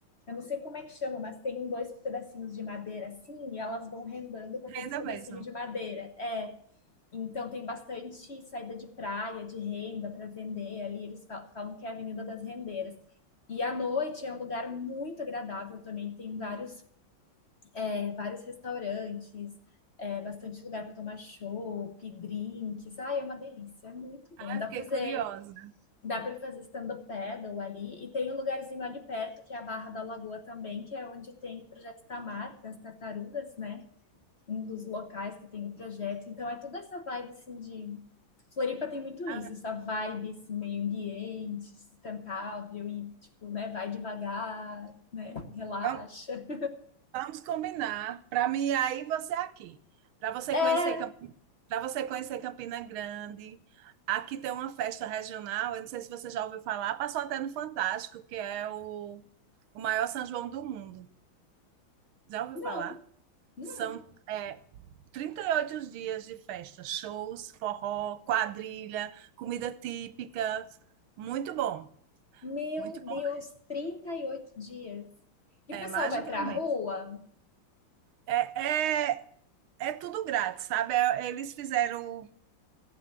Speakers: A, on the left; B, on the right.
A: Eu não sei como é que chama, mas tem dois pedacinhos de madeira assim, e elas vão rendando com aqueles
B: Ainda
A: pedacinhos
B: mesmo.
A: de madeira. É, então tem bastante saída de praia, de renda para vender ali. Eles fa- falam que é a Avenida das Rendeiras. E à noite é um lugar muito agradável também, tem vários é, vários restaurantes, é, bastante lugar para tomar chopp, drinks. Ai, é uma delícia, é muito bom.
B: Ah,
A: Dá
B: eu fiquei
A: para fazer,
B: curiosa.
A: dá para fazer stand-up paddle ali. E tem um lugarzinho ali perto, que é a Barra da Lagoa também, que é onde tem o projeto Tamar, das tartarugas, né? Um dos locais que tem o projeto. Então, é toda essa vibe, assim, de... Floripa tem muito isso,
B: Ah,
A: essa vibe, esse meio ambiente, sustentável e, tipo, né, vai devagar, né, relaxa.
B: vamos- Vamos combinar. Para mim, aí você é aqui. Para você
A: É,
B: conhecer, para você conhecer Campina Grande. Aqui tem uma festa regional, eu não sei se você já ouviu falar, passou até no Fantástico, que é o, o maior São João do mundo. Já ouviu
A: não,
B: falar?
A: não,
B: São é, 38 dias de festa, shows, forró, quadrilha, comida típica. Muito bom,
A: Meu
B: muito bom
A: Deus,
B: mesmo.
A: 38 dias. E
B: É
A: o pessoal
B: mais
A: vai
B: do que
A: pra
B: um
A: rua?
B: mês. É, é, é tudo grátis, sabe? É, Eles fizeram